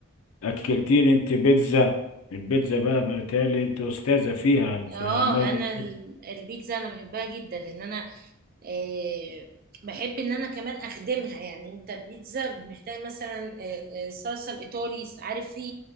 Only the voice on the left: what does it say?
اكلتيني انت بيتزا البيتزا بقى بالتالي انت استاذه فيها
في عمايل
البيتزا.